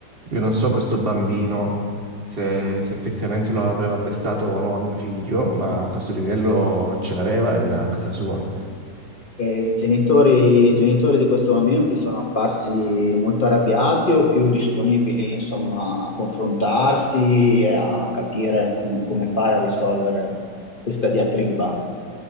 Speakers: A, on the right (about 35°); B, on the left (about 35°).
A: Io non so questo bambino se, se effettivamente lo aveva prestato o no a mio figlio, ma questo righello ce l'aveva ed era a casa sua.
B: E i genitori, i genitori di questo bambino ti sono apparsi molto arrabbiati o più disponibili, insomma, a confrontarsi e a capire come, come fare a risolvere questa diatriba?